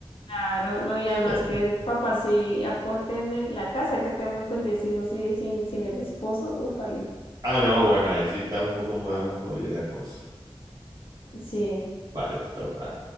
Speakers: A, on the left; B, on the right.
A: claro, no, y
B: <laughs>
A: además que el papá sí aporte en el- la casa, que tenerlo con 10 hijos y sin, sin el esposo, ufale,
B: Ah, no, bueno, ahí sí está un poco más jodida la cosa.
A: sí.
B: Vale, te toca.